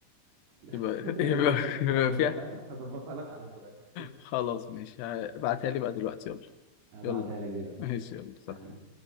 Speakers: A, on the right; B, on the left.
A: <laughs> لا
B: يبقى
A: لا
B: <laughs> يبقى,
A: لا ما تقلقش
B: يبقى
A: هظبطها
B: فيها
A: هظبطها لك على ذوقك
B: خلاص ماشي ابعتها لي بقى دلوقتي يلا
A: هبعتها
B: يلا
A: لك دلوقتي
B: ماشي يلا سلام.
A: حبيبي